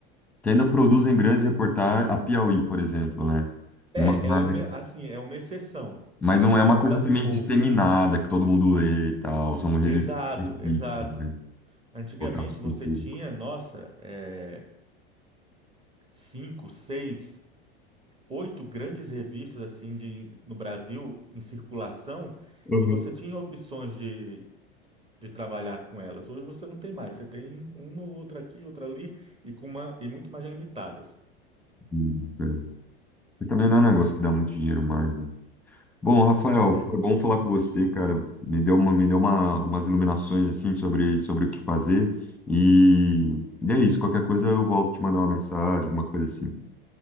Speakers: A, in the centre; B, on the right.
A: Que ainda produzem grandes reportagens. A Piauí, por exemplo, né?
B: É,
A: Mas,
B: ela é uma, assim, é uma exceção,
A: mas não é
B: é
A: uma
B: uma
A: coisa
B: das
A: também
B: poucas.
A: disseminada, que todo mundo lê e tal. São revistas
B: Exato,
A: específicas,
B: exato.
A: né?
B: Antigamente
A: Voltadas para
B: você
A: o público.
B: tinha, nossa, é, cinco, seis, oito grandes revistas assim de, no Brasil em circulação
A: Uhum.
B: e você tinha opções de, de trabalhar com elas. Hoje você não tem mais, você tem uma ou outra aqui, outra ali e com uma e muito mais limitadas.
A: E, é. E também não é um negócio que dá muito dinheiro mais, né? Bom, Rafael,
B: É,
A: foi bom falar com você, cara. Me deu uma, me deu uma, umas iluminações assim sobre, sobre o que fazer. E, e é isso, qualquer coisa eu volto te mandar uma mensagem, alguma coisa assim.